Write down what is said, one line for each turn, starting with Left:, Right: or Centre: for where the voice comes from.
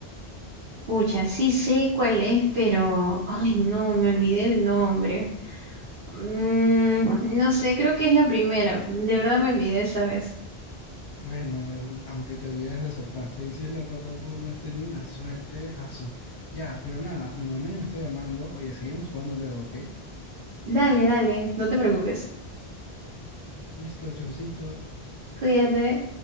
Right: Pucha, sí sé cuál es, pero... Ay, no, me olvidé el nombre. Mm, no sé, creo que es la primera. De verdad me olvidé esta vez.
Left: Bueno, aunque te olvidaste, acertaste. Y si es la patapum, has tenido una suerte. asu. Ya, pero nada, mi mamá ya me está llamando. Oye, seguimos jugando luego, ¿ok?
Right: Dale, dale, no te preocupes.
Left: Listo, chaucito.
Right: Cuídate.